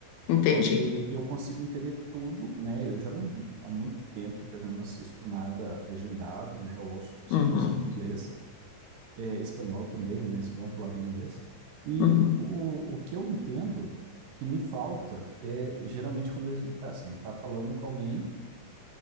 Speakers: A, on the left (about 75°); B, on the right (about 70°).
A: Entendi.
B: porque eu consigo entender tudo, né? Eu já não, há muito tempo que eu já não assisto nada legendado, né? Eu ouço 100%
A: Uhum,
B: inglês, é, espanhol também, né? Mas vamos falar do inglês. E
A: uhum,
B: o, o que eu entendo que me falta é geralmente quando a gente está assim, está falando com alguém